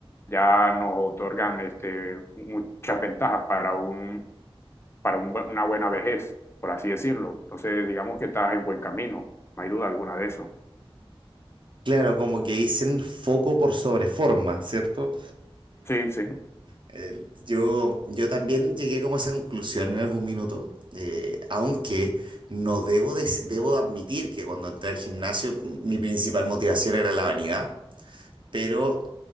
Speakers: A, on the left (about 25°); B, on the right (about 55°).
A: ya nos otorgan este, muchas ventajas para un para un, una buena vejez, por así decirlo. Entonces, digamos que estás en buen camino, no hay duda alguna de eso.
B: Claro, como que dicen foco por sobre forma, ¿cierto?
A: Sí, sí,
B: El- yo, yo también llegué como a esa conclusión en algún minuto, eh, aunque no debo, dec- debo admitir que cuando entré al gimnasio mi principal motivación era la vanidad, pero,